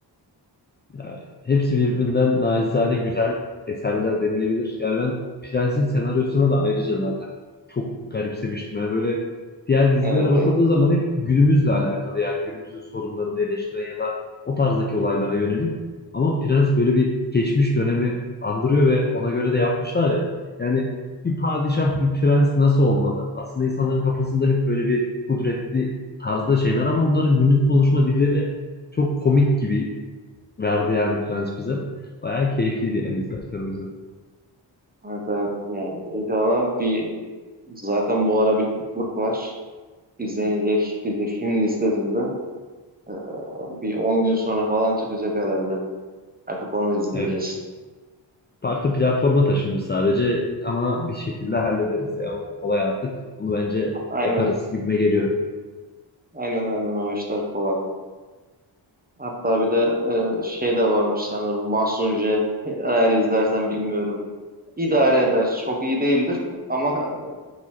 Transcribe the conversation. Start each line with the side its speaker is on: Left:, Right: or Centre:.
Left: Ya, hepsi birbirinden nacizane güzel eserler denilebilir. Yani ben Prens'in senaryosuna da ayrıca zaten çok garipsemiştim. Yani böyle diğer dizilere
Right: Evet
Left: bakıldığı
Right: evet.
Left: zaman hep günümüzle alakalı yani günümüzün sorunlarını eleştiren ya da o tarzdaki olaylara yönelik. Ama Prens böyle bir geçmiş dönemi andırıyor ve ona göre de yapmışlar ya. Yani bir padişah, bir prens nasıl olmalı? Aslında insanların kafasında hep böyle bir kudretli tarzda şeyler ama onların günlük konuşma dilleri çok komik gibi verdi yani Prens bize. Bayağı keyifliydi yani izlerken o yüzden.
Right: Evet evet. Yani inşallah bir zaten bu ara bir kıtlık var. İzlenecek dizi film listesinde. E, Bir 10 gün sonra falan çıkacak herhalde Artık onu izleyeceğiz.
Left: Evet. Farklı platforma taşınmış sadece ama bir şekilde hallederiz ya. O kolay artık. Bunu bence
Right: Aynen,
Left: yaparız gibime geliyor.
Right: aynen, aynen o işler falan. Hatta bir de e, şey de varmış sanırım Mahsun J. <laughs> Eğer izlersen bilmiyorum. İdare eder. Çok iyi değildir ama